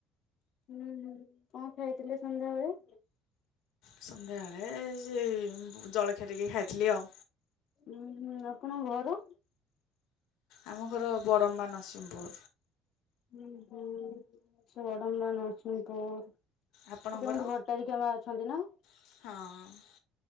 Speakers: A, on the left; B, on the left.
A: ହୁଁ ହୁଁ। କଣ ଖାଇଥିଲେ ସନ୍ଧ୍ୟାବେଳେ?
B: ସନ୍ଧ୍ୟାବେଳେ ସେ ଜଳଖିଆ ଟିକେ ଖାଇଥିଲି ଆଉ
A: ଉଁ ହୁଁ ଆପଣଙ୍କ ଘର
B: ଆମ ଘର ବଡ଼ମ୍ବା ନରସିଂହପୁର।
A: ଉଁ ହୁଁ ସେ ବଡମ୍ବା ନରସିଂହପୁର।
B: ଆପଣଙ୍କର?
A: ସେଠି ଆମର ଭଟ୍ଟାରିକା ମା ଅଛନ୍ତି ନା।
B: ହଁ।